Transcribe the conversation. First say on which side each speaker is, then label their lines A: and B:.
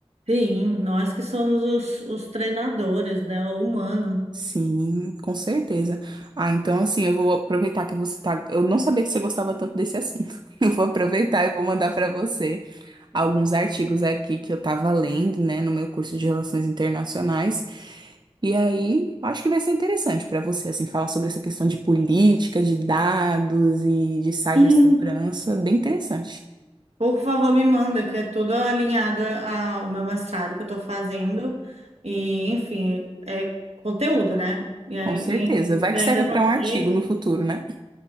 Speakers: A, on the right; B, on the right.
A: Sim, nós que somos os, os treinadores, né, o humano.
B: Sim, com certeza. Ah, então assim, eu vou aproveitar que você tá. Eu não sabia que você gostava tanto desse assunto. <laughs> Eu vou aproveitar e vou mandar para você alguns artigos aqui que eu tava lendo, né, no meu curso de Relações Internacionais. E aí, acho que vai ser interessante para você assim falar sobre essa questão de política, de dados e de cibersegurança,
A: Sim.
B: bem interessante.
A: Por favor, me manda, que é tudo alinhado a- ao meu mestrado que eu estou fazendo. E, enfim, é conteúdo, né? E, aí-
B: Com certeza.
A: e
B: Vai
A: e
B: que
A: ainda
B: serve
A: você
B: para um artigo no futuro, né?